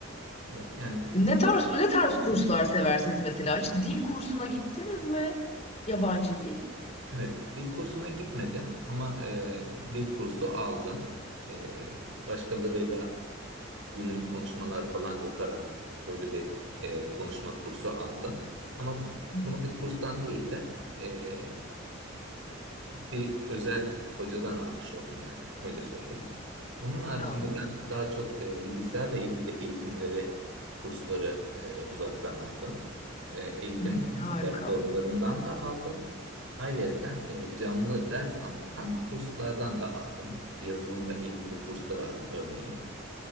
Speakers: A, on the right (about 80°); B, on the left (about 35°).
A: Evet, yani
B: Ne tarz
A: e,
B: ne tarz kurslar seversiniz mesela? Hiç dil kursuna gittiniz mi? Yabancı dil.
A: evet dil kursuna gitmedim ama e, dil kursu aldım. E, başkalarıyla günlük konuşmalar falan yaparak böyle bir e, konuşma kursu aldım. Ama
B: Hı.
A: bunu bir kurstan değil de e, bir özel hocadan almış oldum yani öyle söyleyeyim. Onun haricinde
B: Anladım.
A: ben daha çok e, bilgisayarla ilgili eğitimleri, kursları e, uzaktan aldım. E, eğitim
B: Hmm, harika.
A: platformlarından da aldım. Ayrıyeten e, canlı ders anlatan kurslardan da aldım. Yazılımla ilgili kurslar aldım örneğin.